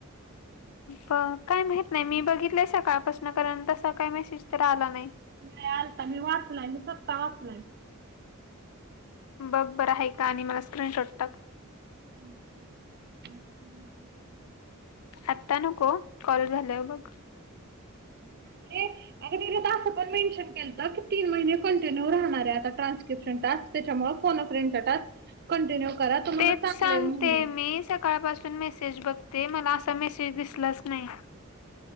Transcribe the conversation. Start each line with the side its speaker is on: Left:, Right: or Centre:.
Left: ब काय माहित नाही मी बघितलंय सकाळपासून कारण तसा काही मेसेज तर आला नाही.
Right: नाही आलता मी वाचलाय, मी स्वतः वाचलाय.
Left: बघ बरं आहे का आणि मला स्क्रीनशॉट टाक.
Right: <inaudible>
Left: आत्ता नको कॉल झाल्यावर बघ.
Right: आपली अगं त्यात असं पण मेन्शन केलंत की तीन महिने कंटिन्यू राहणार आहे आता ट्रान्स्क्रिप्शन टास्क. त्याच्यामुळं फोन अ फ्रेंड चा टास्क कंटिन्यू करा तुम्हाला
Left: तेच
Right: चांगलंय
Left: सांगते
Right: म्हणले.
Left: मी, सकाळपासून मेसेज बघते मला असा मेसेज दिसलाच नाही.